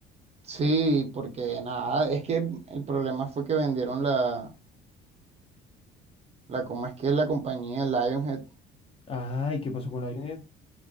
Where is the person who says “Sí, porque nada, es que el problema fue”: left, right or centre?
Right